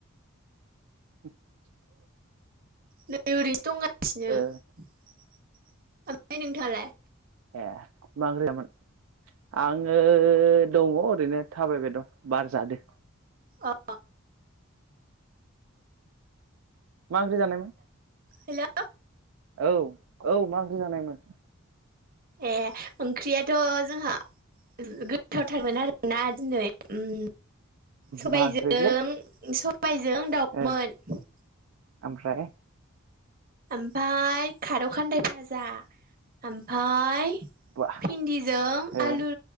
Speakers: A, on the right; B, on the right.
A: औ
B: नै ओरैनोसो दंगा सिनो
A: ओ
B: ओमफ्राय नोंथाङालाय?
A: एह मा ओंख्रि जाया मोन? आङो दङ ओरैनो थाबायबाय दं बार जादो ।
B: अ
A: मा ओंख्रि जानाय मोन?
B: हेलौ
A: औ औ मा ओंख्रि जानायमोन?
B: ए ओंख्रियाथ' जोंहा गोथावथारमोन आरोना दिनै ओम सबायजों
A: मा ओंख्रिलै
B: सबायजों दाउमोन
A: ओ
B: ।
A: ओमफ्राय
B: ओमफफ्राय खारौ खान्दाय फाजा ओमफाय
A: बा
B: भिन्दिजों
A: ओ
B: आलु